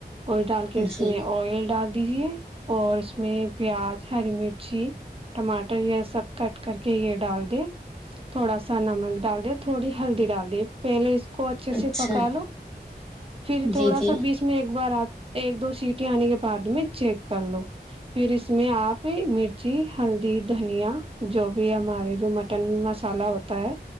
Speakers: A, on the right; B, in the centre.
A: کوئی ڈال کے اس
B: جی
A: میں آئل ڈال دیجیے اور اس میں پیاز ہری مرچی ٹماٹر یہ سب کٹ کر کے یہ ڈال دے تھوڑا سا نمک ڈال دے تھوڑی ہلدی ڈال د پہلے کو اچھے
B: اچھا
A: سے پکا لو پھر تھوڑا
B: جی جی
A: سا سب بیچ میں ایک بار آپ ایک دو چیٹی آنے کے بعد میں چیک کر لو پھر اس میں آپ مرچی ہلدی دھنیا جو بھی ہمارے جو مٹن مسالہ ہوتا ہے